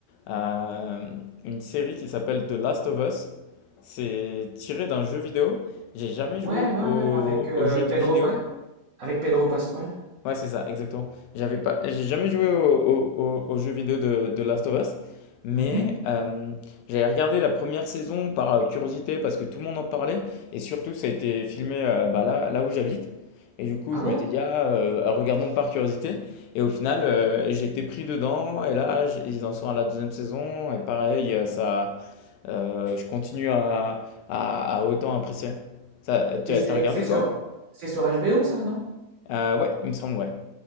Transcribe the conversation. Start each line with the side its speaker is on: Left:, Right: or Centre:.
Left: euh, une série qui s'appelle The Last of Us. C'est tiré d'un jeu vidéo. J'ai jamais joué
Right: ouais, ouais,
Left: au,
Right: ouais, avec, euh,
Left: au jeu
Right: Pedro
Left: de vidéo,
Right: Pa- avec Pedro Pascal.
Left: Ouais, c'est ça, exactement. J'avais pas, j'ai jamais joué au, au, au- au jeu vidéo de, de Last of Us, mais
Right: Mhm.
Left: euh, j'avais regardé la première saison par euh, curiosité parce que tout le monde en parlait et surtout ça a été filmé euh, bah, là, là où j'habite. Et du coup,
Right: Ah
Left: je
Right: ouais?
Left: m'étais dit, ah, euh, regardons par curiosité. Et au final, euh, j'ai été pris dedans et là, j- ils en sont à la deuxième saison et pareil, euh, ça, euh, je continue à, à, à autant apprécier. Ça, tu
Right: Tu
Left: as
Right: sais,
Left: t'as regardé
Right: c'est sur,
Left: toi?
Right: c'est sur HBO, ça, non?
Left: Euh, ouais, il me semble, ouais. <laughs>